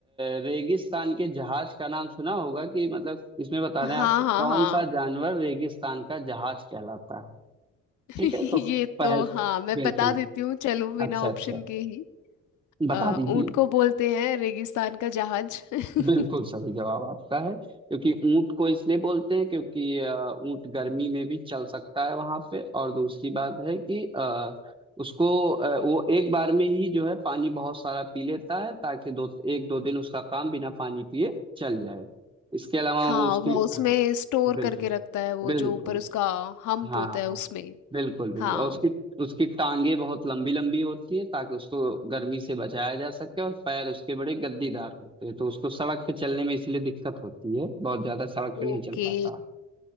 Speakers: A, on the right; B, on the left.
A: अ, रेगिस्तान के जहाज का नाम सुना होगा कि मतलब इसमें बताना है
B: हाँ
A: आपको
B: हाँ
A: कौन
B: हाँ
A: सा जानवर रेगिस्तान का जहाज कहलाता है
B: <laughs>
A: ठीक
B: ये
A: है तो पहल
B: तो हाँ मैं
A: बिल्कुल
B: बता देती हूँ चलो बिना
A: अच्छा
B: ऑप्शन
A: अच्छा
B: के ही
A: बता
B: अ,
A: दीजिए
B: ऊंट को बोलते हैं रेगिस्तान का जहाज <laughs>
A: बिल्कुल सही जवाब आपका है क्योंकि ऊंट को इसलिए बोलते हैं क्योंकि अ, ऊंट गर्मी में भी चल सकता है वहां पे और दूसरी बात है कि अ, उसको अ, वो एक बार में ही जो है पानी बहुत सारा पी लेता है ताकि दो एक दो दिन उसका काम बिना पानी पिए चल जाए इसके अलावा
B: हाँ
A: वो उसकी
B: वो उसमें
A: हाँ
B: स्टोर
A: बिल्कुल
B: करके रखता है वो
A: बिल्कुल
B: जो ऊपर उसका हम्प
A: हाँ
B: होता
A: हाँ
B: है
A: हाँ
B: उसमें
A: बिल्कुल बिल्कुल
B: हाँ
A: और उसकी उसकी टांगे बहुत लंबी लंबी होती हैं ताकि उसको गर्मी से बचाया जा सके और पैर उसके बड़े गद्दीदार होते हैं तो उसको सड़क पे चलने में इसलिए दिक्कत होती है बहुत ज्यादा सड़क पे नहीं
B: ओके
A: चल पाता